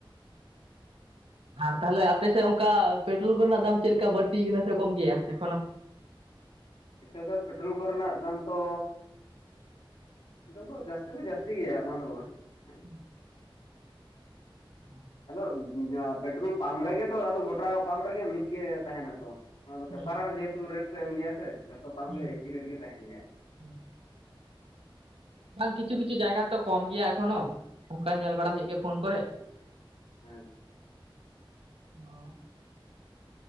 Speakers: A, on the right; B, on the left.
A: ᱟᱨ ᱛᱟᱞᱦᱮ ᱟᱯᱮ ᱥᱮᱜ ᱚᱝᱠᱟ ᱯᱮᱴᱨᱳᱞ ᱠᱚ ᱨᱮᱱᱟᱜ ᱫᱟᱢ ᱪᱮᱞᱠᱟ ᱵᱟᱹᱲᱛᱤ ᱠᱟᱱᱟ ᱥᱮ ᱠᱚᱢ ᱜᱮᱭᱟ ᱮᱠᱷᱚᱱᱳ?
B: ᱱᱤᱛᱚᱜ ᱫᱚ ᱯᱮᱴᱨᱳᱞ ᱠᱚᱨᱮᱱᱟᱜ ᱫᱟᱢ ᱛᱚ᱾ ᱱᱤᱛᱚᱜ ᱫᱚ ᱡᱟᱹᱥᱛᱤ ᱫᱚ ᱡᱟᱹᱥᱛᱤ ᱜᱮᱭᱟ ᱵᱟᱝ ᱫᱚ ᱵᱟᱝ᱾
A: <inaudible>
B: ᱦᱮᱸ
A: ᱚᱸ
B: ᱟᱫᱚ ᱯᱮᱴᱨᱳᱞ ᱯᱟᱢᱯ ᱨᱮᱜᱮ ᱛᱚ ᱟᱫᱚ ᱜᱚᱴᱟ ᱯᱟᱢᱯ ᱨᱮᱜᱮ ᱢᱤᱫ ᱜᱮ ᱛᱟᱦᱮᱱᱟ ᱛᱚ? ᱚᱱᱟᱫᱚ ᱯᱮᱯᱟᱨ
A: ᱦᱩᱸ
B: ᱨᱮ ᱡᱮᱦᱮᱛᱩ ᱨᱮᱴ ᱠᱚ ᱮᱢ ᱜᱮᱭᱟ ᱥᱮ ᱡᱷᱚᱛᱚ ᱯᱟᱢᱯ
A: ᱦᱩᱸ
B: ᱜᱮ ᱮᱠᱤ ᱨᱮᱴ ᱜᱮ ᱛᱟᱦᱮᱱ ᱜᱮᱭᱟ ᱾
A: ᱦᱩᱸ ᱵᱟᱝ ᱠᱤᱪᱷᱩ ᱠᱤᱪᱷᱩ ᱡᱟᱭᱜᱟ ᱨᱮᱛᱚ ᱠᱚᱢ ᱜᱮᱭᱟ ᱮᱠᱷᱚᱱᱳ ᱾ ᱚᱝᱠᱟ ᱧᱮᱞ ᱵᱟᱲᱟ ᱦᱳᱭᱳᱜ ᱜᱮᱭᱟ ᱯᱷᱳᱱ ᱠᱚᱨᱮ ᱾
B: ᱟᱪᱪᱷᱟ,
A: ᱦᱚᱸ